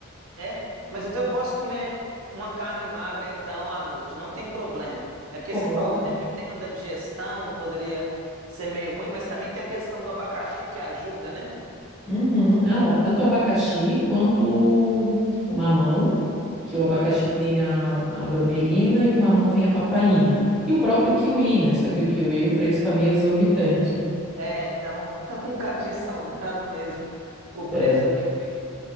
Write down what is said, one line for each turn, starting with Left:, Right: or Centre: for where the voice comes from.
Right: É? Mas então eu posso comer uma carne magra então à noite, não tem problema. É porque
Centre: Pode.
Right: você falou que dependendo da digestão poderia ser meio ruim, mas também tem a questão do abacaxi que ajuda, né?
Centre: Uhum.
Right: Você
Centre: Ah,
Right: fala,
Centre: ó, tanto o abacaxi quanto o mamão, que o abacaxi
Right: Uhum.
Centre: tem a, a bromelina e o mamão tem a papaina. E o próprio kiwi, né? Só que o kiwi, o preço tá meio exorbitante.
Right: É, então <laughs> um cadinho salgado mesmo o preço
Centre: É,
Right: do kiwi.